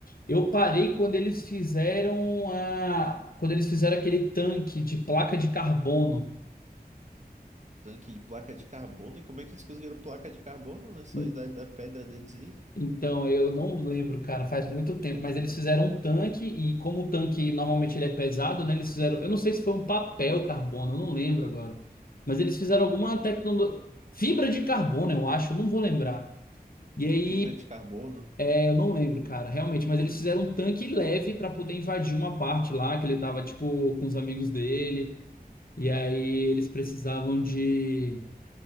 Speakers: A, on the left; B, on the right.
A: Eu parei quando eles fizeram a, quando eles fizeram aquele tanque de placa de carbono.
B: Tanque de placa de carbono, e como é que eles conseguiram placa de carbono nessa
A: En-
B: Idade da Pedra deles aí?
A: Então, eu não lembro, cara, faz muito tempo, mas eles fizeram um tanque e como o tanque normalmente ele é pesado, né? Eles fizeram, eu não sei se foi um papel carbono, eu não lembro agora. Mas eles fizeram alguma tecnologia, fibra de carbono, eu acho, eu não vou lembrar. E aí,
B: Fibra de carbono.
A: é, eu não lembro, cara, realmente, mas eles fizeram um tanque leve para poder invadir uma parte lá que ele tava tipo com os amigos dele. E aí eles precisavam de